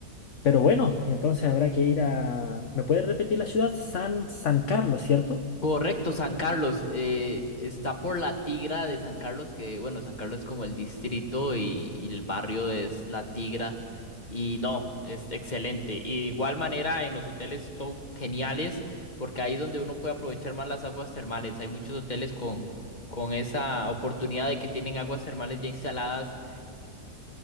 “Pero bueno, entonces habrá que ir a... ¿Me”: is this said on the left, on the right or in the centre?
Left